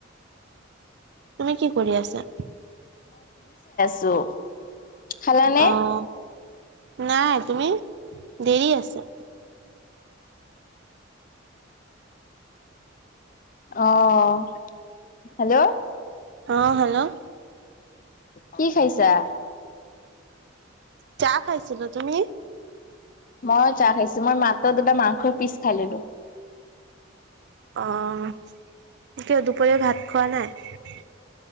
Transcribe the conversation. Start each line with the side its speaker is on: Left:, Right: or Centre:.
Right: তুমি কি কৰি আছা
Left: চো খালা নে
Right: অহ নাই তুমি দেৰি আছে
Left: আহ হেল্ল'
Right: অ হেল্ল'
Left: কি খাইছা?
Right: চাহ খাইছিলো। তুমি?
Left: মইয়ো চাহ খাইছোঁ। মই মাত্ৰ দুটা মাংসৰ পিচ খাইললো।
Right: অ কিয় দুপৰীয়া ভাত খোৱা নাই?